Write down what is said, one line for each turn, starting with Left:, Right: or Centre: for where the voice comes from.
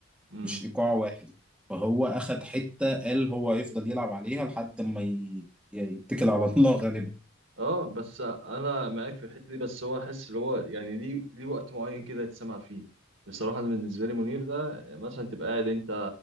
Right: بقى
Centre: مش ايقاع واحد فهو اخد حته قال هو يفضل يلعب عليها لحد ما ي... يتكل على الله غالبا
Right: اه بس انا معاك في الحته دي بس هو احس اللي هو يعني ليه ليه وقت معين كده يتسمع فيه بصراحه انا بالنسبه لي منير ده مثلا تبقى قاعد انت